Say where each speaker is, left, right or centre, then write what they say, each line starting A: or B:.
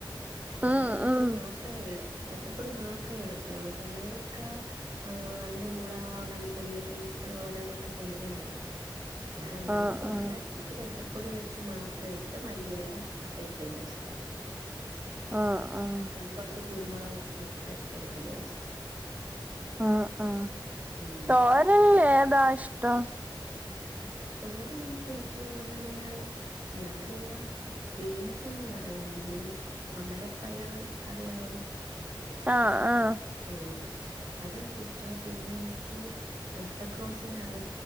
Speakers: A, on the right; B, on the right.
A: ഞാൻ
B: ഉം
A: രസപ്പൊടി
B: ഉം
A: മാത്രമേ ഇട രസപ്പൊടി മാത്രമേ എടുത്തോള്ളൂ ചിലരൊക്കെ ആ അതിന്റെ കൂടെ മല്ലിപ്പൊടിയൊക്കെ ഇട്ട് ഓരോന്നൊക്കെ ചെയ്യുന്നവരുണ്ട് ഞാൻ അങ്ങനൊന്നും
B: ഉം
A: ചെയ്ത്തില്ല
B: ഉം
A: എനിക്ക് രസപ്പൊടി വെച്ച് മാത്രം ഇട്ട് മല്ലിയില ഒക്കെ ഇടുന്ന ഇഷ്ടം
B: ആഹ ആഹ
A: അങ്ങ് കുറച്ച് കുരുമുളകൊക്കെ ഇട്ട് എടുക്കുന്ന ഇഷ്ടം
B: ആ ആ
A: ഉം
B: തോരയ് ഏതാ ഇഷ്ടം
A: തോരൻ എനിക്ക് ഏറ്റവും കൂടുതല് ഞങ്ങളുടെ ഇവിടെ ബീൻസ്ന്ന് പറയും ബീൻസ് അമരപ്പയർ അറിയാവൊ?
B: ആഹ ആഹ
A: ആ അതെനിക്കിഷ്ട പിന്നെ എനിക്ക് മൊട്ടക്രോസിനക